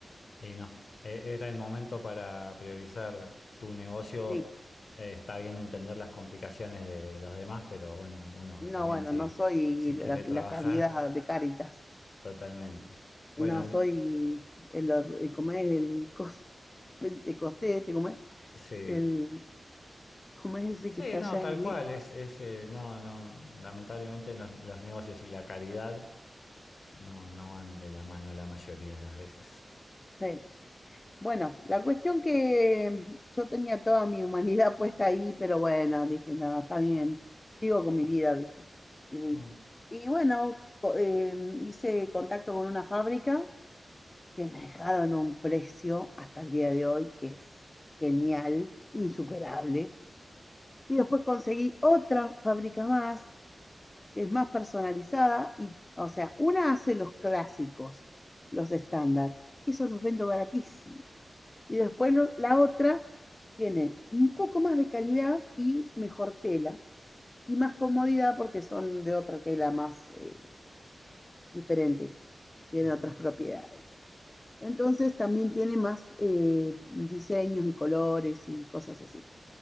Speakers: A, on the left; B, on the left.
A: Y no, e- era el momento para priorizar tu negocio.
B: Sí.
A: Eh, está bien entender las complicaciones de los demás, pero bueno, uno
B: No,
A: también
B: bueno,
A: si,
B: no soy
A: si
B: la,
A: quiere trabajar,
B: la calidad de
A: <laughs>
B: Cáritas.
A: totalmente. Bueno,
B: No, soy el, el- ¿cómo es? El coso pentecostés, este, ¿cómo es?
A: sí.
B: El, ¿cómo es ese
A: Sí,
B: que está
A: no,
B: allá
A: tal
B: en Wii?
A: cual, es, es, eh, no, no, lamentablemente los, los negocios y la caridad no, no van de la mano la mayoría de las veces.
B: Sí. Bueno, la cuestión que yo tenía toda mi humanidad puesta ahí, pero bueno, dije, no, está bien, sigo con mi vida, ¿viste? Y listo.
A: Mm,
B: Y bueno, co- em, hice contacto con una fábrica que me dejaron a un precio hasta el día de hoy que es genial, insuperable. Y después conseguí otra fábrica más, que es más personalizada y, o sea, una hace los clásicos, los estándar, esos los vendo baratísimos. Y después lo, la otra tiene un poco más de calidad y mejor tela y más comodidad porque son de otra tela más eh, diferente, tiene
A: ujú,
B: otras propiedades. Entonces también tiene más eh, diseños y colores y cosas así.